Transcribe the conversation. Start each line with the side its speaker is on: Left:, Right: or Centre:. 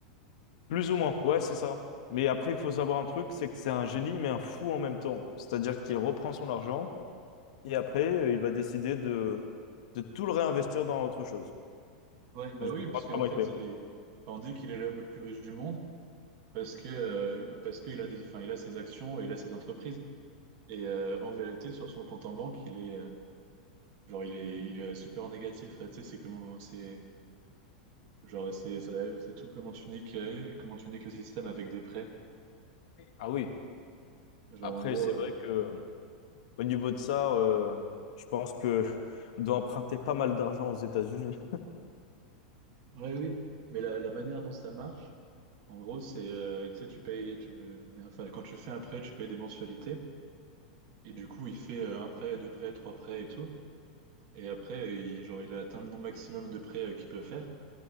Left: plus ou moins. Ouais, c'est ça. Mais après, il faut savoir un truc, c'est que c'est un génie, mais un fou en même temps. C'est-à-dire qu'il reprend son argent. Et après, euh, il va décider de, de tout le réinvestir dans autre chose.
Right: Ouais, bah
Left: On se
Right: oui, parce
Left: demande
Right: qu'en
Left: comment
Right: fait,
Left: il fait.
Right: il est. enfin, on dit qu'il est l'homme le plus riche du monde parce que euh, parce qu'il a des... enfin, il a ses actions et il a ses entreprises. Et euh, en vérité, sur son compte en banque, il est euh, genre il est il est super négatif. Ah, Tu sais, c'est comment c'est genre c'est ça- c'est tout comment tu niques euh, comment tu niques le système avec des prêts.
Left: Ah oui.
Right: Genre
Left: Après,
Right: en gros,
Left: c'est
Right: euh,
Left: vrai que au niveau de ça, euh, je pense que <laughs> on doit emprunter pas mal d'argent aux États-Unis.
Right: ouais oui. Mais la, la manière dont ça marche. En gros, c'est, euh, tu sais, tu payes, tu veux, mais enfin, quand tu fais un prêt, tu payes des mensualités. Et du coup, il fait euh, un prêt, deux prêts, trois prêts et tout. Et après, euh, il, genre, il a atteint le nombre maximum de prêts euh, qu'il peut faire.